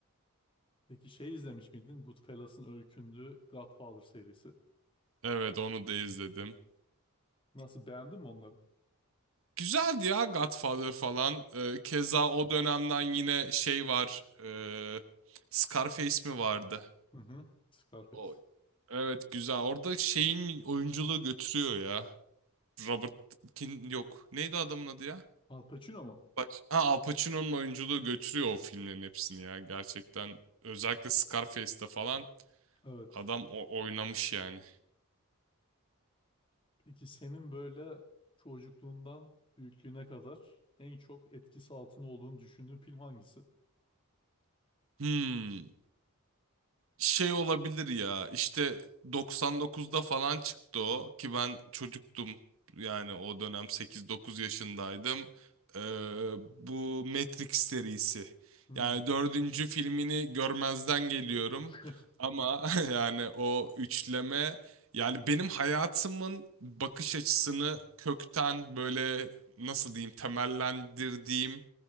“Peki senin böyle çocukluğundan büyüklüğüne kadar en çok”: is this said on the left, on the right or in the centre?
Left